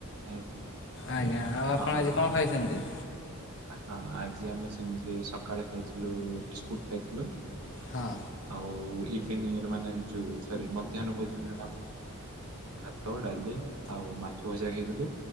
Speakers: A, on the right; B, on the left.
A: ଆଜ୍ଞା।
B: ଆଜ୍ଞା ଆଉ ଆପଣ
A: ହଁ
B: ଆଜି କଣ ଖାଇଚନ୍ତି?
A: ହଁ ଆଜି ଆମେ ସେମିତି ସକାଳେ ଖାଇଥିଲୁ ବିସ୍କୁଟ ଖାଇଥିଲୁ।
B: ହଁ
A: ଆଉ ଇଭିନି ମାନେ ଯୋଉ ସରି ମଧ୍ୟାହ୍ନ ଭୋଜନରେ ଆମେ ଭାତ ଡାଲି ଆଉ ମାଛ ଭଜା ଖାଇଥିଲୁ।